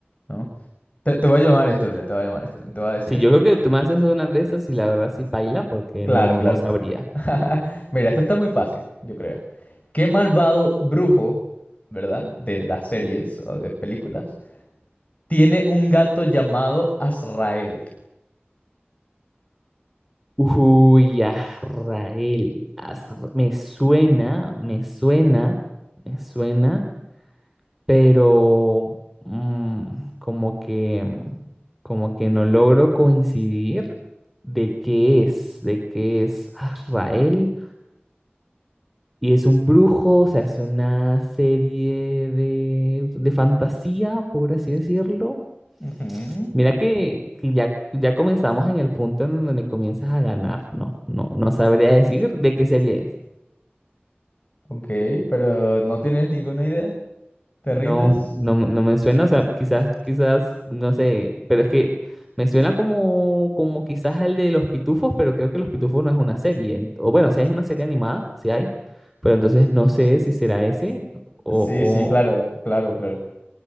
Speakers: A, on the left; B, in the centre.
A: ¿no? Te, te voy a llamar esto, mira, te voy a llamar esto, te voy a decir
B: Sí,
A: esto.
B: yo creo que tú me haces una de esas y la verdad sí paila porque
A: Claro,
B: no,
A: claro.
B: no sabría.
A: <laughs> Mira, esto está muy fácil, yo creo. ¿Qué malvado brujo, ¿verdad? De las series o de películas Tiene un gato llamado Azrael.
B: Uy, Azrael, Azra- me suena, me suena, me suena, pero mm, como que, mm, como que no logro coincidir de qué es, de qué es Azrael. Y es un brujo, o sea, es una serie de, de fantasía, por así decirlo.
A: Ujú,
B: Mira que, que ya, ya comenzamos en el punto en donde me comienzas a ganar, ¿no? No, no sabría decir de qué serie es.
A: Ok, pero no tienes ninguna idea. ¿Te
B: No,
A: rindes?
B: no, me- no me suena, o sea, quizás, quizás, no sé, pero es que me suena como, como quizás el de Los Pitufos, pero creo que Los Pitufos no es una serie. ent- O bueno, si hay una serie animada, si hay, pero entonces no sé si será ese o,
A: Sí,
B: o
A: sí, claro, claro, claro.